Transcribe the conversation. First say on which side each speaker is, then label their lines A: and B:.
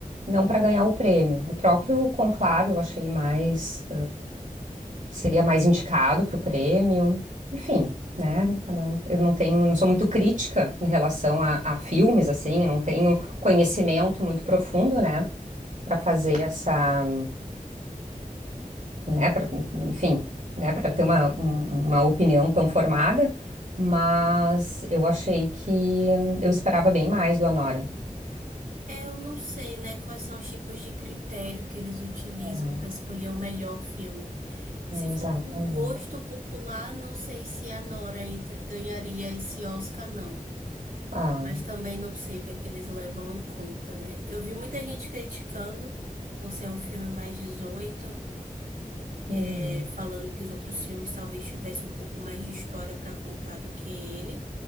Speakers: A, on the right; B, on the right.
A: não para ganhar o prêmio. O próprio Conclave eu achei mais seria mais indicado para o prêmio. Enfim, né? Cada um, eu não tenho, não sou muito crítica em relação a, a filmes, assim, não tenho conhecimento muito profundo, né? Para fazer essa, né? Pra, enfim, né? Para ter uma, um- uma opinião tão formada. Mas eu achei que eu esperava bem mais do Anora.
B: É, eu não sei, né, quais são os tipos de critério que eles utilizam
A: É,
B: para escolher o melhor filme. Se for
A: exatamente.
B: por gosto popular, não sei se a Nora ent- ganharia esse Oscar, não.
A: Ah,
B: Mas também não sei o que é que eles levam em conta, né? Eu vi muita gente criticando por ser um filme mais 18
A: uhum,
B: é, falando que os outros filmes talvez tivessem um pouco mais de história para contar do que ele.